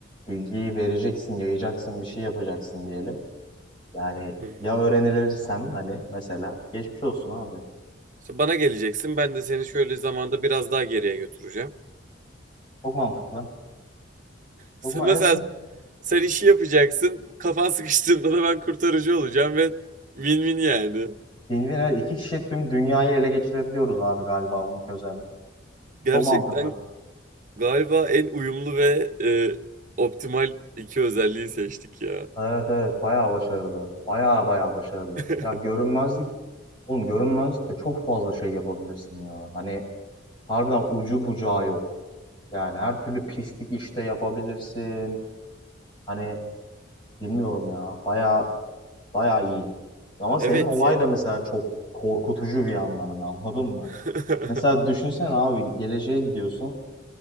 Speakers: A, on the left (about 25°); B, on the right (about 40°).
A: bilgiyi vereceksin, yayacaksın bir şey yapacaksın diyelim. Yani
B: Hı.
A: ya öğrenilirsen hani mesela geçmiş olsun abi.
B: İşte bana geleceksin. Ben de seni şöyle zamanda biraz daha geriye götüreceğim.
A: Çok mantıklı. Çok
B: Sen
A: ma
B: mesela
A: evet, evet.
B: sen işi yapacaksın. Kafan sıkıştığında da ben kurtarıcı olacağım ve win-win yani.
A: Win-win, evet. iki kişi tüm dünyayı ele geçirebiliyoruz abi galiba bu iki özellik.
B: Gerçekten
A: Çok mantıklı.
B: galiba en uyumlu ve e, optimal iki özelliği seçtik ya.
A: Evet evet bayağı başarılı. Bayağı bayağı başarılı.
B: <laughs>
A: Ya görünmezlik, oğlum görünmezlik de çok fazla şey yapabilirsin ya. Hani harbiden ucu bucağı yok. Yani her türlü pislik işte yapabilirsin. Hani bilmiyorum ya. Bayağı bayağı iyi. Ama senin
B: Evet
A: olay
B: ya.
A: da mesela çok korkutucu bir yandan hani, anladın mı?
B: <laughs>
A: Mesela düşünsene abi geleceğe gidiyorsun.